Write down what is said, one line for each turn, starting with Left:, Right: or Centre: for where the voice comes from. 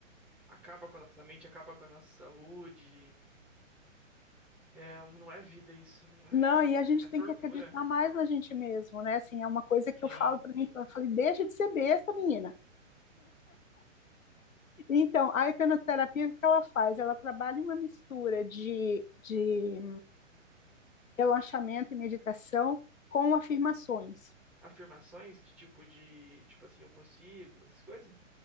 Centre: Acaba com a nossa mente, acaba com a nossa saúde. É, não é vida isso, não é.
Left: não, e a gente
Centre: É tortura.
Left: tem que acreditar mais na gente mesmo, né? Assim, é uma coisa
Centre: Sim,
Left: que eu falo para
Centre: sim.
Left: mim, eu falei, deixa de ser besta, menina Então, a hipnoterapia, o que ela faz? Ela trabalha uma mistura de, de relaxamento e meditação com afirmações.
Centre: Afirmações de tipo de. Tipo assim, eu consigo, essas coisas.